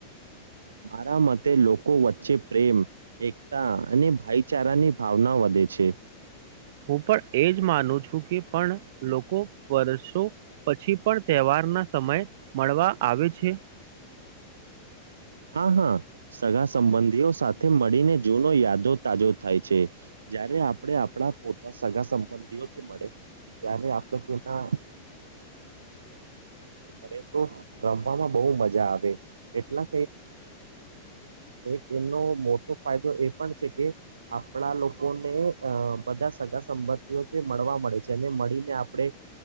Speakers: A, on the right; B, on the right.
A: મારા મતે લોકો વચ્ચે વચ્ચે પ્રેમ, એકતા, અને ભાઈચારાની ભાવના વધે છે.
B: હું પણ એજ માનું છ. કે પણ લોકો વર્ષો પછી પણ તહેવારના સમય મળવા આવે છે.
A: હા હા, સગા સંબંધીઓ સાથે મળીને જૂનો યાદો તાજો થાય છે, જયારે આપણે આપણા પોતા સગા સંબંધીઓથી મળે ત્યારે આપ હા હા. મળે તો રમવામાં બહુ મજા આવે, એટલા એનો મોટો ફાયદો એ પણ છે કે, આપણા લોકોને અ બધા સગા સંબંધઓ મળવા મળે છે અને મળીને, આપડણે